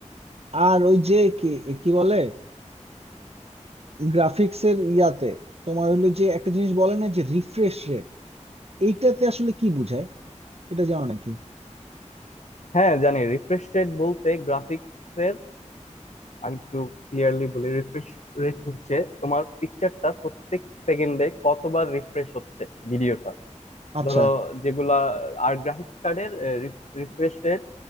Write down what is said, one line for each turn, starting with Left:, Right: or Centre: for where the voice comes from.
Right: আর ওই যে কি কি বলে গ্রাফিক্স এর ইয়াতে তোমার হলো যে একটা জিনিস বলে না যে রিফ্রেশ রেট এইটাতে আসলে কি বুঝায় এটা জানো নাকি
Left: হ্যাঁ জানি রিফ্রেশ রেট বলতে গ্রাফিক্সের আমি একটু ক্লিয়ারলি বলি রিফ্রেশ রেট হচ্ছে তোমার পিকচারটা প্রত্যেক সেকেন্ডে কতবার রিফ্রেশ হচ্ছে ভিডিওটা
Right: আচ্ছা
Left: ধরো যেগুলা আর গ্রাফিক্স কার্ডের রিফ্রেশ রেট